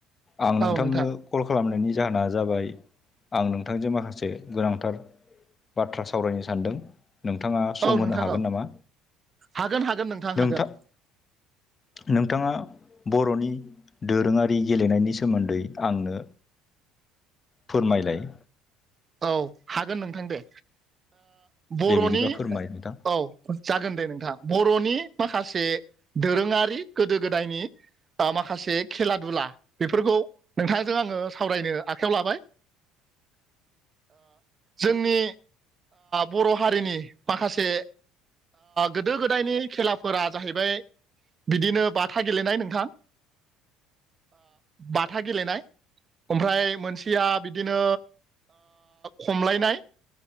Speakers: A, on the left; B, on the right.
A: आं नोंथांनो
B: औ नोंथां
A: कल खालामनायनि जाहोना जाबाय आं नोंथांजों माखासे गोनांथार बाथ्रा सावरायनो सानदों नोंथांङा सम
B: औ
A: होनो
B: नोंथां
A: हागोन
B: औ
A: नामा
B: हागोन हागोन
A: नोंथां
B: हागोन
A: नोंथाङा बर'नि दोरोङारि गेलेनायनि सोमोन्दै आंनो फोरमायलाय
B: औ हागोन नोंथां दे बर'नि
A: दे बिदिबा फोरमाय नोंथां
B: औ जागोन दे नोंथां बर'नि माखासे दोरोङारि गोदो गोदायनि माखासे खेला दुला बेफोरखौ नोंथाङाजों आङो सावरायनो आखायाव लाबाय जोंनि बर' हारिनि माखासे गोदो गोदायनि खेलाफोरा जाहैबाय बिदिनो बाथा गेलेनाय नोंथां बाथा गेलेनाय ओमफ्राय मोनसेया बिदिनो खमलायनाय